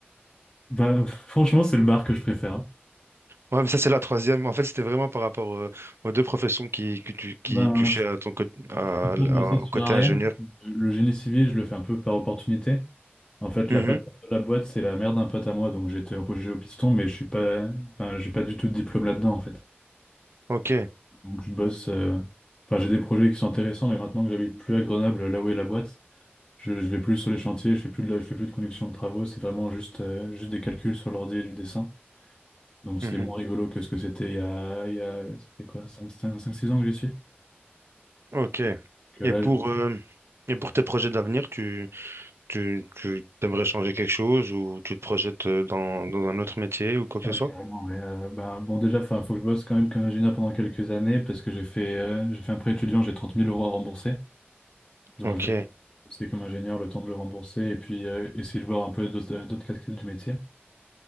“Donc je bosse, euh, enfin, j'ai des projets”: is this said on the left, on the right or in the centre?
Left